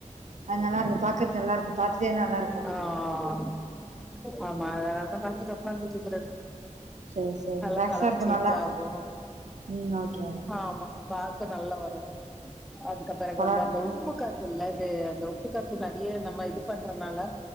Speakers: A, on the right; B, in the centre.
A: அது நல்லா இருக்கும் பாக்றது நல்லா இருக்கு பாத்துட்டே இருந்தா நல்லா இருக்கும்
B: ஆ ஆமா அதனாலதா பாத் தக்கான
A: சரி சரி
B: நல்லா
A: ரிலாக்ஸா
B: கலர்
A: இருக்கு
B: சேஞ்ச்
A: நல்லா
B: <unintelligible> ஆகு
A: ம் ஓகே
B: ஆமா காத்து நல்லா வரு அதுகப்றோ
A: பரவா
B: உள்ள அந்த உப்பு காத்துல அது அந்த உப்பு காத் து நெறய நம்ம இது பண்றனால